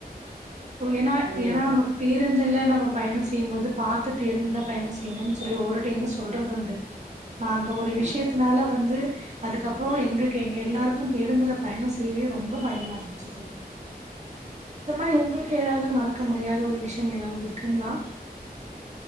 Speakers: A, on the right; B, on the right.
A: போ ஏன்னா
B: புரியுதுங்க
A: ஏன்னா நம்ம
B: தோழி
A: பேருந்துல நம்ம பயணோ செ தி போது பாத்து பேருந்துல பயண செய்யணுன் சொல்லி ஒவ்வொரு டைமு சொல்றது உண்டு நான் ஒரு
B: ஆமாங்க
A: விஷயத்தனால வந்து அதுக்கப்பற எங்க எங்க எல்லாருக்கு பேருந்துல பயண செய்யவே ரொம்ப பயமா இருந்துச்சு தோழி இந்த மாதிரி உங்களுக்கு எதாவது மறக்க முடியாத ஒரு விஷயம் எதாவது இருக்குங்ளா